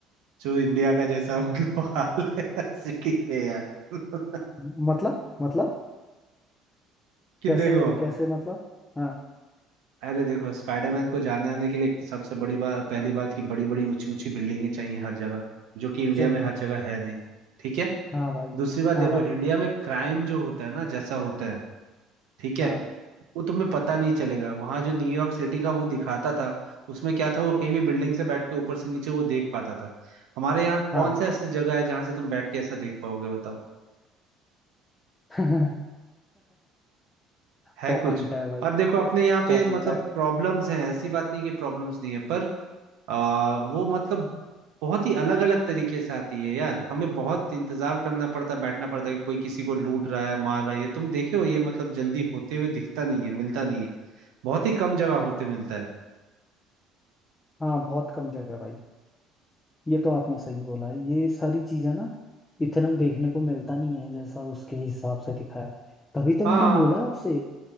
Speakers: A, on the right; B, on the left.
A: जो इंडिया का जैसा मतलब हाल है <laughs> सिटी में यार <laughs>
B: मतलब मतलब
A: कि
B: कैसे
A: देखो
B: कैसे मतलब हाँ।
A: अरे देखो स्पाइडरमैन को जाने आने के लिए एक तो सबसे बड़ी बात पहली बात कि बड़ी बड़ी ऊंची ऊंची बिल्डिंगें चाहिए हर जगह जो कि इंडिया
B: सही
A: में हर
B: है
A: जगह है नहीं ठीक है
B: हाँ भाई
A: दूसरी बात
B: हाँ
A: देखो
B: भाई
A: इंडिया में क्राइम जो होता है ना जैसा होता है ठीक है
B: हाँ
A: वो तुम्हें पता नहीं चलेगा वहां जो न्यूयॉर्क सिटी का वो दिखाता था उसमें क्या था वो कहीं भी बिल्डिंग से बैठ के ऊपर से नीचे वो देख पाता था हमारे यहाँ कौन
B: हाँ
A: सा ऐसी जगह है जहां से तुम बैठ के ऐसा देख पाओगे बताओ
B: <laughs>
A: है
B: पॉइंट
A: कुछ
B: है भाई
A: और देखो अपने यहाँ पे
B: पॉइंट
A: मतलब
B: है
A: प्रॉब्लम्स हैं ऐसी बात नहीं कि प्रॉब्लम्स नहीं है पर आ, वो मतलब बहुत ही अलग अलग तरीके से आती है यार हमें बहुत इंतजार करना पड़ता है बैठना पड़ता है कि कोई किसी को लूट रहा है मार रहा है ये तुम देखे हो ये मतलब जल्दी होते हुए दिखता नहीं है मिलता नहीं है बहुत ही कम जगह होते मिलता है
B: हाँ बहुत कम जगह भाई ये तो आपने सही बोला है ये सारी चीजें ना इतना देखने को मिलता नहीं है जैसा उसके हिसाब से दिखाया तभी तो
A: हाँ
B: मैंने बोला आपसे